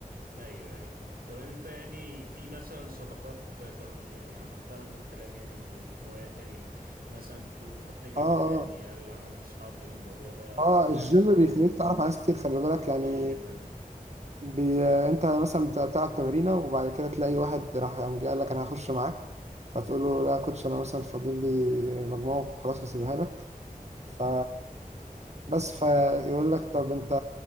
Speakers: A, on the right (about 90°); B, on the right (about 50°).
A: ايوه ايوه طب انت يعني في مثلا صداقات كون يعني عملتها من خلال يعني الهوايات يعني ال- مثلا انت بتقول بتروح تجري
B: اه
A: في
B: اه
A: النادي هل عملت اصحاب من الموضوع ده او
B: اه
A: لعب
B: الجيم
A: الكورة؟
B: بيخليك تعرف على ناس كتير خلي بالك يعني
A: اه جدا
B: بي... انت مثلا بتاع- بتلعب تمرينه وبعد كده تلاقي واحد راح قام جاي قال لك انا هخش معاك فتقول له لا يا كوتش انا مثلا فاضل لي مجموعه وخلاص هسيبها لك ف بس فيقول لك طب انت